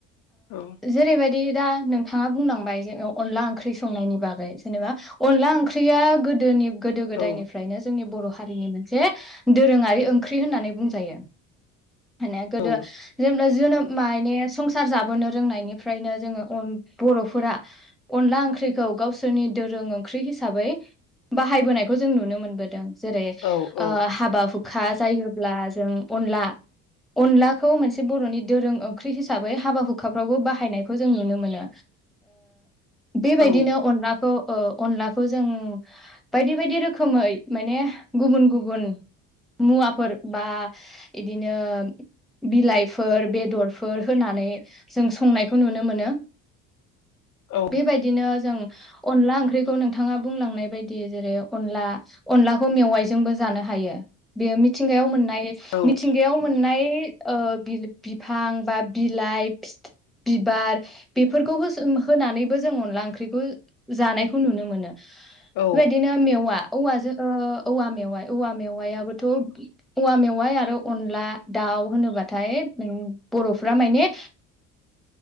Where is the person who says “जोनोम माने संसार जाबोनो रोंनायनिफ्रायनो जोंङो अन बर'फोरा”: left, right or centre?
Centre